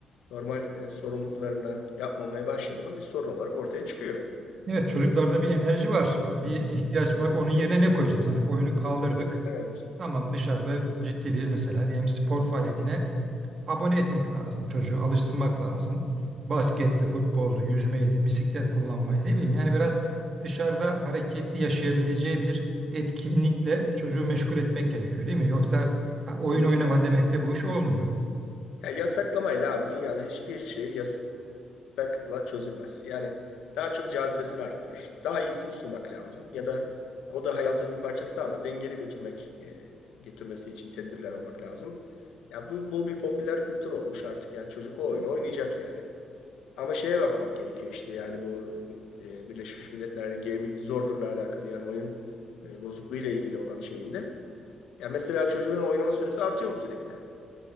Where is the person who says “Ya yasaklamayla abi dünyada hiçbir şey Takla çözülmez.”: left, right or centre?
Left